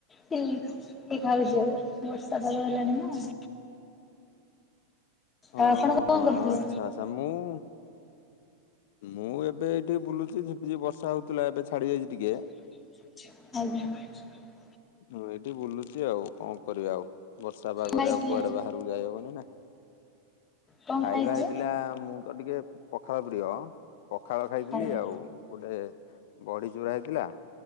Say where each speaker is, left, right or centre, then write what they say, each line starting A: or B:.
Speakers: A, on the left (about 20°); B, on the left (about 50°).
A: କିଏ ଖାଉଛି ଆଉ ବର୍ଷା ପାଗ ହେଲାଣି ନା। ଆଉ
B: ହଁ-
A: ଆପଣ କଣ
B: ହଁ,
A: କରିଥିଲେ?
B: ଆଛା- ଆଛା ମୁଁ ମୁଁ ଏବେ ଏଇଠି ବୁଲୁଛି, ଝିପିଝିପି ବର୍ଷା ହଉଥିଲା, ଏବେ ଛାଡି ଯାଇଛି ଟିକେ।
A: ଆଜ୍ଞା।
B: ମୁଁ ଏଇଠି ବୁଲୁଚି ଆଉ, କଣ କରିବା ଆଉ, ବର୍ଷା ପାଗରେ
A: ଖାଇଥିଲେ
B: ଆଉ କୁଆଡେ ବାହାରକୁ ଯାଇହବନି ନା।
A: କଣ
B: ଖାଇବା
A: ଖାଇଥିଲେ?
B: ହେଇଥିଲା ମୁଁ ତ ଟିକେ ପଖାଳ ପ୍ରିୟ, ପଖାଳ ଖାଇଥିଲି
A: ଆଜ୍ଞା
B: ଆଉ ଗୋଟେ ବଡ଼ିଚୁରା ହେଇଥିଲା।